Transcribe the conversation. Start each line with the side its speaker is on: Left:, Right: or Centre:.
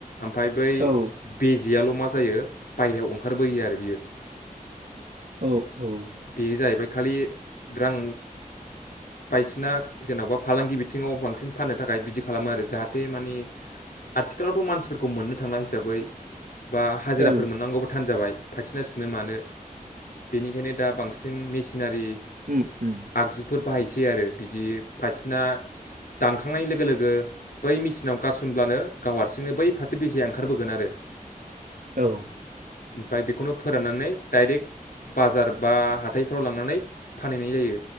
Left: ओमफ्राय बै
Right: औ
Left: बेजेयाल' मा जायो बायहेरायाव ओंखारबोयो आरो बियो
Right: औ औ।
Left: बेयो जाहैबाय खालि रां बायसिना जेन'बा फालांगि बिथिङाव बांसिन फाननो थाखाय बिदि खालामो आरो जाहाथे मानि आथिखालावथ' मानसिफोरखौ मोननो थांनाय हिसाबै बा हाजिराफोर
Right: औ
Left: मोननांगौबो थान जाबाय फाथिना सुनो मानो बेनिखायनो दा बांसिन मेसिनारि
Right: उम उम
Left: आगजुफोर बाहायसै आरो बिदि फारसेना दानखांनाय लोगो लोगो बै मेसिनाव गारसनब्लानो गाव हारसिंनो बै फाथो बेजेया ओंखारबोगोन आरो
Right: औ।
Left: ओमफ्राय बेखौनो फोराननानै डाइरेक्ट बाजार बा हाथायफ्राव लांनानै फानहैनाय जायो